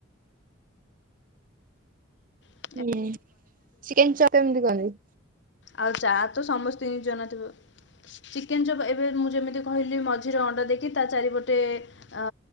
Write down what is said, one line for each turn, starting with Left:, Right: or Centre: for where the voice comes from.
Left: ହଁ
Right: ଇଏ ଚିକେନ୍‌ଚପ୍ କେମିତି <unintelligible>
Left: ଆଉ ଚା ତ ସମସ୍ତଙ୍କୁ ଜଣା ଥିବ ଚିକେନ୍‌ଚପ୍ ଏବେ ମୁଁ ଯେମିତି କହିଲି ମଝିରେ ଅଣ୍ଡା ଦେଇକି ତା ଚାରିପଟେ ଅ